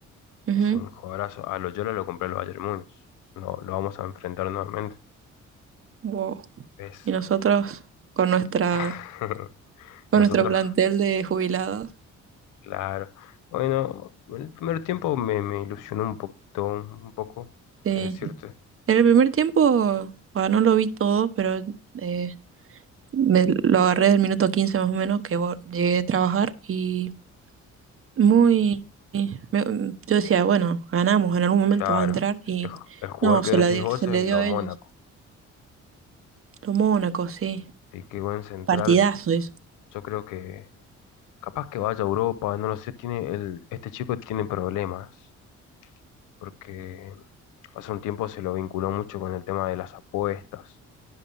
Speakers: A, on the right; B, on the left.
A: Ujú.
B: es un jugadorazo. A Loyola lo compré el Bayern Múnich. No, lo vamos a enfrentar nuevamente.
A: Wow.
B: Es
A: Y nosotros con nuestra
B: <laughs>
A: con
B: nosotros,
A: nuestro plantel de jubilados.
B: claro. Bueno, el primer tiempo me, me ilusionó un poquito, un poco,
A: Sí.
B: qué decirte.
A: En el primer tiempo, bueno, no lo vi todo, pero eh, me lo agarré del minuto 15 más o menos que vo- llegué a trabajar y muy me- yo decía, bueno, ganamos, en algún momento
B: Claro,
A: va a entrar y
B: el, el jugador
A: no, se
B: que decís
A: la dio-
B: vos
A: se le
B: es
A: dio
B: lo
A: a
B: Mónaco.
A: ellos. Lo Mónaco, sí.
B: Sí, qué buen central.
A: Partidazo eso.
B: Yo creo que capaz que vaya a Europa, no lo sé, tiene el, este chico tiene problemas, porque hace un tiempo se lo vinculó mucho con el tema de las apuestas,